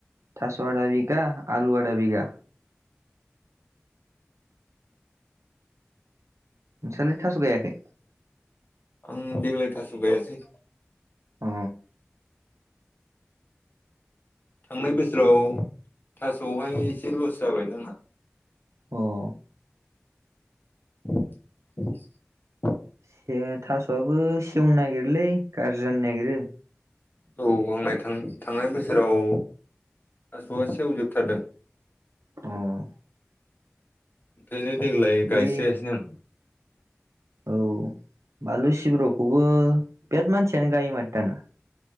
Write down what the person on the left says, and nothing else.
आं देग्लाय थास गायासै
थांनाय बोसोराव थास'आवहाय एसे लस जाबायना आंहा।
<inaudible>
औ आंना थां थांनाय बोसोराव थास'आ सेवजोबथारदों।
ओरैनो देग्लाय गायस्रायासैनो
आं।